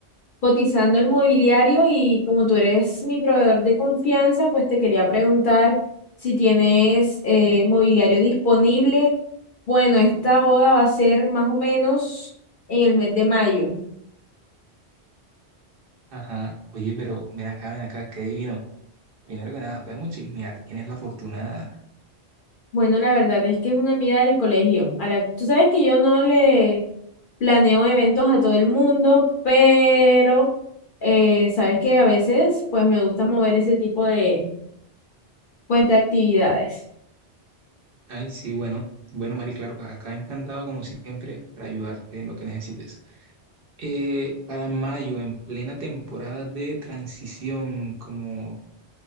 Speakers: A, on the left; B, on the right.
A: cotizando el mobiliario y como tú eres mi proveedor de confianza, pues te quería preguntar si tienes eh, mobiliario disponible. Bueno, esta boda va a ser más o menos en el mes de mayo.
B: Ajá. Oye, pero ven acá, ven acá, qué divino. Primero que nada, podemos chismear. ¿Quién es la afortunada?
A: Bueno, la verdad es que es una amiga del colegio. A la, tú sabes que yo no le planeo eventos a todo el mundo, pero eh, sabes que a veces pues me gusta mover ese tipo de, pues, de actividades.
B: Ay, sí, bueno. Bueno, Mari, claro, acá encantado como siempre para ayudarte en lo que necesites. Eh, para mayo, en plena temporada de transición, como.